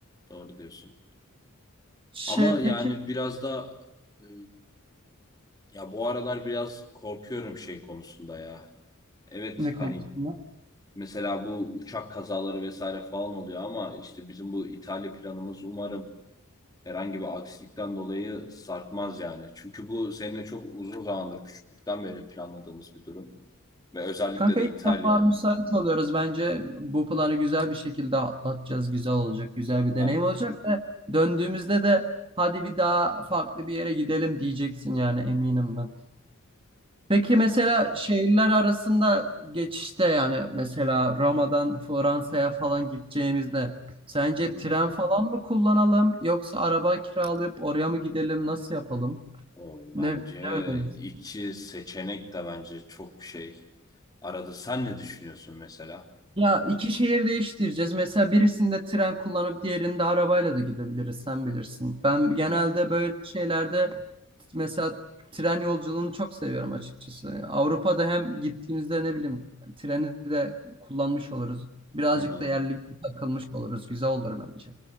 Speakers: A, on the left; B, on the right.
A: Doğru diyorsun.
B: şey
A: Ama yani
B: peki
A: biraz da e, ya bu aralar biraz korkuyorum şey konusunda ya. Evet
B: ne konusunda?
A: hani mesela bu uçak kazaları vesaire falan oluyor ama işte bizim bu İtalya planımız umarım herhangi bir aksilikten dolayı sarkmaz yani. Çünkü bu seninle çok uzun zamandır küçüklükten beri planladığımız bir durum. Ve özellikle
B: Kanka
A: de
B: ilk
A: İtalya.
B: defa müsait oluyoruz. Bence bu planı güzel bir şekilde atlatacağız. Güzel olacak. Güzel bir
A: Ben
B: deneyim olacak ve döndüğümüzde de hadi bir daha farklı bir yere gidelim diyeceksin yani eminim ben. Peki mesela
A: yani,
B: şehirler arasında geçişte yani mesela Roma'dan Fransa'ya falan gideceğimizde sence
A: hı hı.
B: tren falan mı kullanalım yoksa araba kiralayıp oraya mı gidelim nasıl yapalım?
A: O,
B: Ne,
A: bence
B: ne önerirsin?
A: iki seçenek de bence çok şey. Arada sen ne düşünüyorsun mesela?
B: Ya iki şehir değiştireceğiz. Mesela birisinde tren kullanıp diğerinde arabayla da gidebiliriz. Sen bilirsin. Ben genelde
A: Ya
B: böyle şeylerde mesela tren yolculuğunu çok seviyorum açıkçası. Avrupa'da hem gittiğimizde ne bileyim treni de kullanmış oluruz. Birazcık
A: Hı hı.
B: da yerli takılmış oluruz. Güzel olur bence.